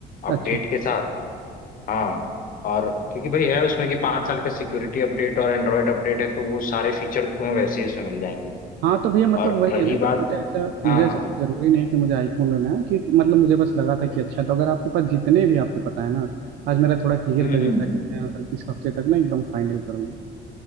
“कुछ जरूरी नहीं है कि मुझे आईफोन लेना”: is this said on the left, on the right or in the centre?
Right